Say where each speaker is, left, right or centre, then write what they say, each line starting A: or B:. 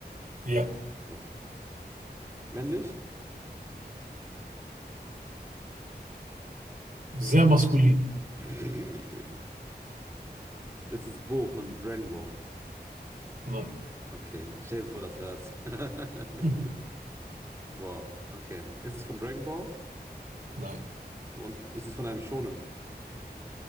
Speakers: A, on the right; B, on the right.
A: Ja,
B: Okay. Männlich? <clears throat>
A: sehr maskulin.
B: <laughs> Es ist Bo von Dragon Ball.
A: Nein.
B: Okay, stell dir vor, dass du das. <laughs>
A: Hm.
B: Boah, okay. Ist es von Dragon Ball?
A: Nein.
B: One- Ist es von einem Shonen?